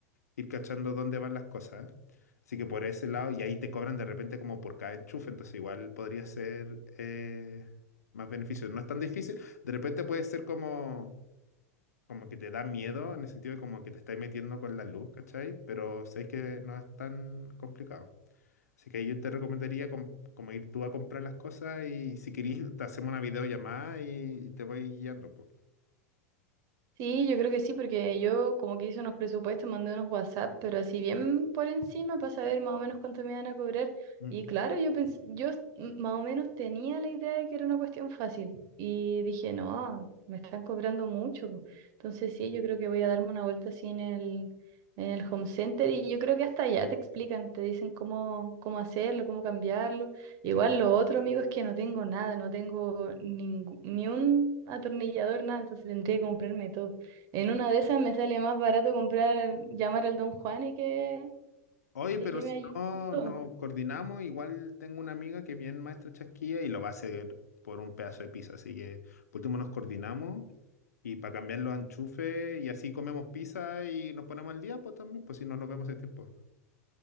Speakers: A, on the left; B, on the right.
A: ir cachando dónde van las cosas. Así que por ese lado, y ahí te cobran de repente como por cada enchufe, entonces igual podría ser eh, más beneficio. No es tan difícil, de repente puede ser como como que te da miedo, en el sentido de como que te estáis metiendo con la luz, ¿cachai? Pero sé que no es tan complicado. Así que ahí yo te recomendaría com- como ir tú a comprar las cosas y si querís te hacemos una videollamada y te voy guiando, pues.
B: Sí, yo creo que sí, porque yo como que hice unos presupuestos, mandé unos WhatsApp, pero así bien por encima para saber más o menos cuánto me iban a cobrar.
A: Mm,
B: Y claro, yo pens- yo s- m- más o menos tenía la idea de que era una cuestión fácil. Y dije, no, me están cobrando mucho. po". Entonces sí, yo creo que voy a darme una vuelta así en el, en el home center y yo creo que hasta allá te explican, te dicen cómo, cómo hacerlo, cómo cambiarlo. Igual
A: Sí.
B: lo otro, amigo, es que no tengo nada, no tengo ningú- ni un atornillador, nada, entonces tendría que comprarme todo. En una de esas me sale más barato comprar, llamar al Don Juan y que,
A: Oye,
B: y
A: pero
B: que
A: si
B: me ayude
A: no
B: con todo.
A: nos coordinamos, igual tengo una amiga que es bien maestra chasquilla y lo va a hacer por un pedazo de pizza. Así que por último nos coordinamos y para cambiar los enchufes y así comemos pizza y nos ponemos al día, pues también, pues si no nos vemos ese tiempo.